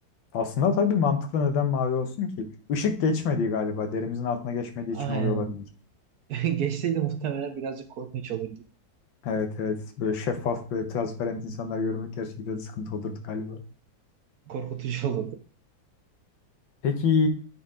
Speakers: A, on the left (about 85°); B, on the right (about 65°).
A: Aslında tabii mantıklı neden mavi olsun ki? Işık geçmediği galiba. Derimizin altına geçmediği
B: Aynen.
A: için oluyor olabilir.
B: <laughs> Geçseydi muhtemelen birazcık korkunç olurdu.
A: Evet evet. Böyle şeffaf böyle transparent insanlar görmek gerçekten sıkıntı olurdu galiba.
B: Korkutucu olurdu.
A: Peki